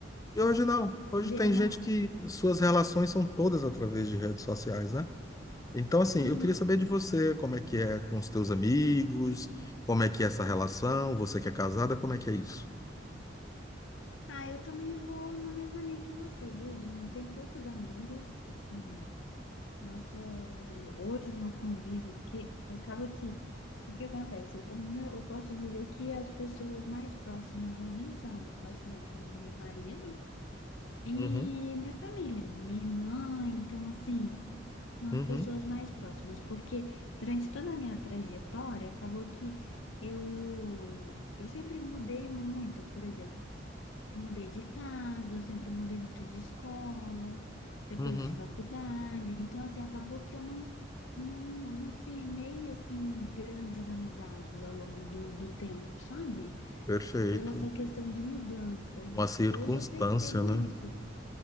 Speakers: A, on the left (about 20°); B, on the left (about 90°).
A: E hoje não. Hoje
B: verdade.
A: tem gente que suas relações são todas através de redes sociais, né? Então, assim,
B: Uhum.
A: eu queria saber de você, como é que é com os teus amigos, como é que é essa relação, você que é casada, como é que é isso?
B: Ah, eu também vou na mesma linha que você, viu, Jean? Eu tenho poucos amigos, assim, nossa, hoje o meu convívio, porque acaba que, o que acontece? O meu, eu posso dizer que as pessoas mais próximas a mim são, logicamente, o meu marido, E
A: Uhum,
B: minha família, minha irmã, então assim, são as
A: uhum,
B: pessoas mais próximas, porque durante toda a minha trajetória, acabou que eu eu sempre mudei muito, por exemplo, eu mudei de casa, eu sempre mudei muito de escola, depois
A: uhum.
B: de faculdade, então assim, acabou que eu não não, não firmei assim grandes amizades ao longo do, do tempo, sabe?
A: Perfeito.
B: Pela essa questão de mudança. E
A: Uma circunstância,
B: hoje eu percebo
A: né?
B: isso.